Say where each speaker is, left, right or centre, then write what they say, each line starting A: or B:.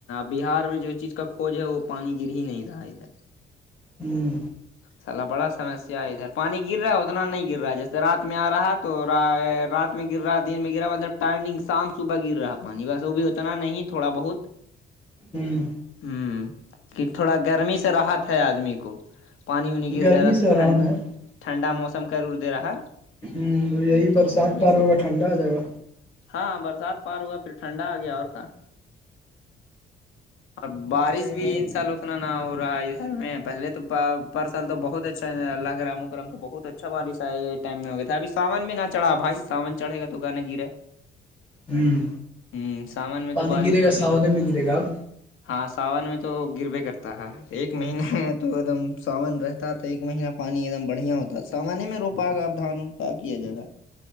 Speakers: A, on the left (about 85°); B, on the left (about 25°).
A: بہار میں جو چیز کا کھج ہے وہ پانی گر ہی نہیں رہا ادھر
B: ہوں
A: سلا بڑا سمسیا ہے ادھر پانی گر رہا ہے اتنا نہیں گر رہا جیسے رات میں آ رہا تو رات میں گر رہا دن میں گرا مطلب ٹائمنگ شام صبح گر رہا پانی ویسے وہ بھی اتنا نہیں تھوڑا بہت <inaudible>
B: ہوں
A: ہوں کہ تھوڑا گرمی سے رات ہے آدمی کو پانی وانی گر
B: گرمی
A: جا رہا
B: سے آرام
A: ٹنڈ
B: ہے ہ
A: ٹھنڈا موسم کر دے رہا
B: ہوں یہی
A: ہ تو
B: برسات
A: گرمی
B: پار
A: سے
B: ہوگا ٹھنڈا آ جائے گا
A: ہاں برسات پار ہوا پھرٹھنڈ آ گیا اور کہاں اور
B: ٹھنڈا
A: بارش
B: آ جائے گا
A: بھی ان سال اتنا نہ ہو رہا ہے ادھر میں پہلے تو پار سال تو بہت اچھا ہے اللہ کے رام و کرام تو بہت اچھا بارش ہے یہ ٹم میں ہو گیا تھا اب سامان بھی چڑھا بھائی سان چڑھے گا تو گانا گرا
B: ہ
A: ہوں سامان میں
B: پانی
A: تو بارش
B: گرے
A: ہو
B: گا ساونے
A: ب
B: میں گرے گا اب
A: ہاں ساون میں تو گروے کرتا ہے ایک مہینہ ہے تو ایک دم ساون رہتا تو ایک مہینہ پانی ایک دم بڑھیا ہوتا ساامان میں روپائے گاپ دھان ان کا کیا جائے گا